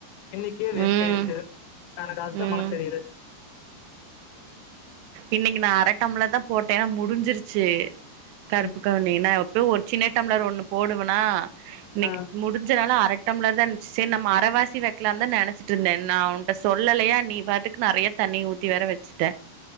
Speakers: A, on the left (about 80°); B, on the right (about 80°).
A: இன்னைக்கே வேஸ்ட்
B: ம்
A: ஆயிடுச்சு எனக்கு அதுதா
B: ம்
A: மனச செரில்ல
B: இன்னைக்கி நா அர டம்ளர் தா போட்டே முடிஞ்சிருச்சி கருப்பு
A: ம்
B: கவுனினா ப்பவு ஒரு சின்ன டம்ளர் ஒண்ணு போடுவேனா இன்னைக்கி
A: ஆ
B: முடிஞ்சனால அர டம்ளர் தா இருந்ச்சு செரி நம்ம அவர் வாசி வக்கலானு தா நெனச்சிட்டு ருந்தே நா உன்ட்ட சொல்லலையா நீ பாட்டு கு நெறைய தண்ணி ஊத்தி வேற வச்சுட்ட